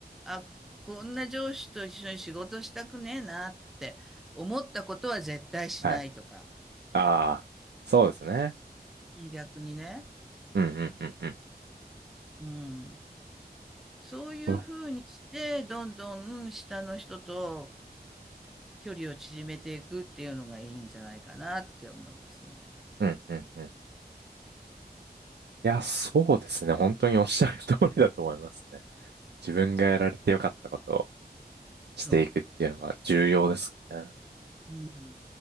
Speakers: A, in the centre; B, on the right.
A: あ、こんな上司と一緒に仕事したくねえなって思ったことは絶対しないとか、
B: はい。ああ、そうですね。
A: 逆にね。
B: うんうんうんうん。
A: うん。そういうふうにして、
B: そう
A: どんどん下の人と距離を縮めていくっていうのがいいんじゃないかなって思いますね。
B: うんうんうん。いや、そうですね。本当におっしゃる通りだと思いますね。自分がやられてよかったことをしていくっていうのが重要ですね。
A: そう。うん。